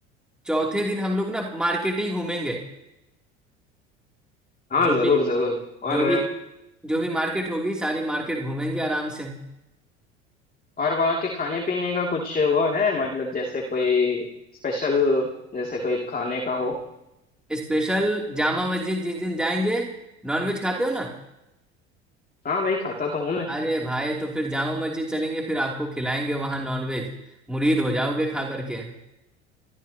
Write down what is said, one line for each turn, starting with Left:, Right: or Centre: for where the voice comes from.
Centre: चौथे दिन हम लोग ना मार्केट ही घूमेंगे
Left: हाँ
Centre: जो
Left: जरूर
Centre: भी
Left: जरूर और
Centre: जो भी जो भी मार्केट होगी सारी मार्केट घूमेंगे आराम से
Left: और वहाँ के खाने पीने का कुछ वो है मतलब जैसे कोई स्पेशल जैसे कोई खाने का हो
Centre: स्पेशल जामा मस्जिद जिस दिन जाएंगे नॉनवेज खाते हो ना
Left: हाँ भाई खाता तो हूँ मैं
Centre: अरे भाई तो फिर जामा मस्जिद चलेंगे फिर आपको खिलाएंगे वहां नॉनवेज मुरीद हो जाओगे खा करके